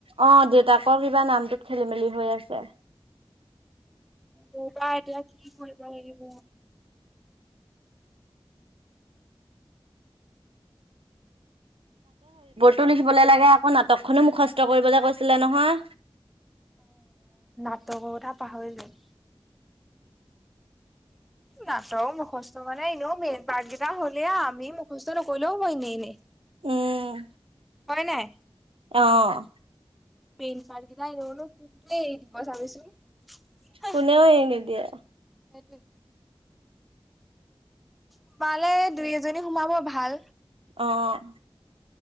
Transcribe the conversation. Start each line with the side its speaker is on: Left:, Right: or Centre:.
Right: অ' দেউতাকৰ কিবা নামটোত খেলি মেলি হৈ আছে।
Centre: মোৰ বা এতিয়া কি কৰিব লাগিব!
Right: টো লিখিবলৈ লাগে, আকৌ নাটকখনো মুখস্থ কৰিবলৈ কৈছিলে নহয়।
Centre: তগৰ কথা পাহৰিলেই। নাটক মুখস্থ মানে এনেও মেইন পাৰ্ট কেইটা হ'লে আৰু, আমি মুখস্থ নকৰিলেও হব আৰু এনেই এনেই।
Right: উম
Centre: হয় নাই
Right: আঁহ।
Centre: মেইন পাৰ্ট কিতা এনেও নো কোনটোৱে এৰি দিব দিব চাবিচোন।
Right: কোনেও এৰি নিদিয়ে
Centre: সেইটোৱে। সোমালে দুই এজনী সোমাব ভাল।
Right: আঁহ।